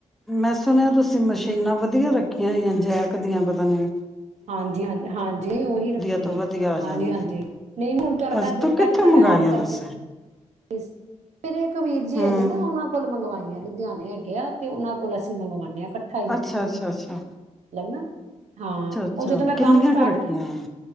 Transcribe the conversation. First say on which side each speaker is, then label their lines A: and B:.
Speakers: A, in the centre; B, on the right.
A: ਮੈਂ ਸੁਣਿਆ, ਤੁਸੀਂ ਮਸ਼ੀਨਾਂ ਵਧੀਆ ਵਧੀਆਂ ਰੱਖੀਆਂ ਹੋਈਆ, ਜੈਕ ਦੀਆਂ ਪਤਾ ਨਹੀਂ
B: ਹਾਂਜੀ ਹਾਂਜੀ ਹਾਂਜੀ ਓਹੀ ਰੱਖੀਆ
A: ਤੋਂ
B: ਗੀਆਂ,
A: ਵਧੀਆ ਆ
B: ਹਾਂਜੀ
A: ਜਾਂਦੀ
B: ਹਾਂਜੀ ਨਹੀਂ ਹੁਣ ਤੁਹਾਨੂੰ
A: ਅੱਛਾ
B: ਦੇਖ
A: ਤੂੰ ਕਿੱਥੋਂ
B: ਪਹਿਲੇ ਤਾਂ
A: ਮੰਗਾਈਆਂ
B: ਮੈਂ ਆਪ ਕਰਦੀ
A: ਦੱਸੇ
B: ਇਸ ਮੇਰੇ ਇੱਕ ਵੀਰ ਜੀ
A: ਹੂੰ,
B: ਹੈਗੇ ਨਾ, ਉਹਨਾਂ ਕੋਲ ਮੰਗਵਾਈਆ। ਲੁਧਿਆਣੇ ਹੈਗੇ ਆ, ਤੇ ਉਹਨਾਂ ਕੋਲ ਅਸੀਂ ਮੰਗਵਾਣੇ ਹਾਂ। ਇਕੱਠਾ ਹੀ ਮਤਲਬ
A: ਅੱਛਾ-ਅੱਛਾ-ਅੱਛਾ,
B: ਨਾ ਹਾਂ।
A: ਅੱਛਾ
B: ਉਹ ਜਦੋਂ ਮੈਂ
A: ਕਿੰਨੀਆਂ
B: ਕੰਮ ਸਟਾਰਟ
A: ਕੁ ਰੱਖੀਆਂ ਆਂ।